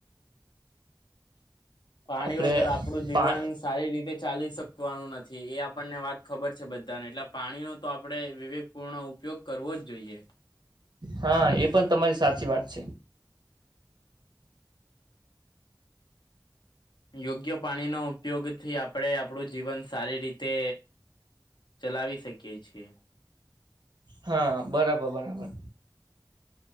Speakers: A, on the left; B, on the right.
A: પાણી
B: આપડે
A: વગર આપણું જીવન
B: પા
A: સારી રીતે ચાલી શકવાનું નથી. એ આપણને વાત ખબર છે બધ એટલે પાણીનો તો આપડે વિવેકપૂર્ણ ઉપયોગ કરવો જ જોઈએ.
B: હા એ પણ તમારી સાચી વાત છે.
A: યોગ્ય પાણીનો ઉપયોગ થી આપડે આપડું જીવન સારી રીતે ચલાવી શકીએ છીએ.
B: હા બરાબર બરાબર.